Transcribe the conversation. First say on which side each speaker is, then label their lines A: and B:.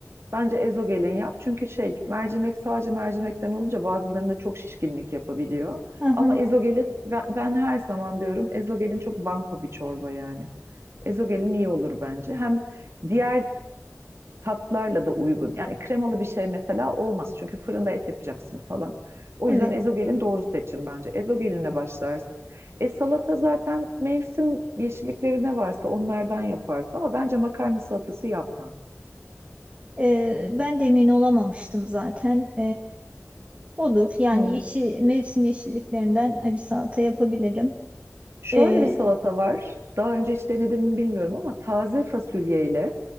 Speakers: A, on the right; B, on the right.
A: Bence ezo gelin yap. Çünkü şey mercimek sadece mercimekten olunca bazılarında çok şişkinlik yapabiliyor.
B: Hı hı.
A: Ama ezogelin ben, ben her zaman diyorum ezogelin çok banko bir çorba yani. Ezogelin iyi olur bence. Hem diğer tatlarla da uygun. Yani kremalı bir şey mesela olmaz. Çünkü fırında et yapacaksın falan. O
B: Evet.
A: yüzden ezogelin doğru seçim bence. Ezogelinle başlarsın. E salata zaten mevsim yeşillikleri ne varsa onlardan yaparsın ama bence makarna salatası yapma.
B: Ee, ben de emin olamamıştım zaten. Olur. Yani
A: Hmm.
B: yeşil, mevsim yeşilliklerinden bir salata yapabilirim.
A: Şöyle
B: Ee,
A: bir salata var. Daha önce hiç denedin mi bilmiyorum ama taze fasulyeyle